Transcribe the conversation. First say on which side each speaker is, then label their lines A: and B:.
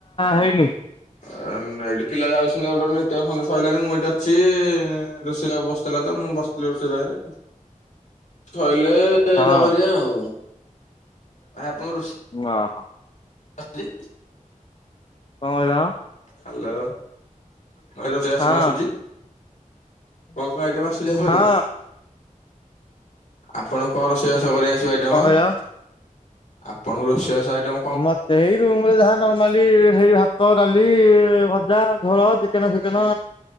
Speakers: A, on the left (about 40°); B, on the left (about 55°).
A: ହେଇନି।
B: ଏ ନାଇଁ ପିଲା ଯାଉଛନ୍ତି ଗୋଟେ ଗୋଟେ ନିତ୍ୟ କର୍ମ ସରିଲାଣି ମୁଁ ଏଇଠି ଅଛି ରୋଷେଇଆ ବସିଥିଲା ତ ମୁଁ ବସିଥିଲି ରୋଷେଇ କରିବାପାଇଁ। ଶୋଇଲେ
A: ହଁ।
B: ତା କରିବା ଆଉ କହି ଆପଣଙ୍କ ରୋଷେଇ
A: ହଁ, ହଁ,
B: <unintelligible>
A: କଣ କହିଲ?
B: ହ୍ୟାଲୋ, ଭାଇ ରୋଷେଇବାସ
A: ହଁ।
B: କଣ ଆସୁଛି? କଣ କଣ ଆଇଟମ ଆସୁଛି କରି?
A: ହଁ କଣ
B: ଆପଣଙ୍କୁ କଣ ରୋଷେଇବାସ କରି ଆସିବ ଆଇଟମ୍?
A: କହିଲ?
B: ଆପଣଙ୍କୁ ରୋଷେଇବାସ ଆଇଟମ୍
A: ମୋତେ ହେଇ ରୁମ୍ ରେ ଯାହା ନର୍ମାଲି ସେଇ ଭାତ, ଡାଲି, ଭଜା, ଝୋଳ ଚିକେନ ଫିକେନ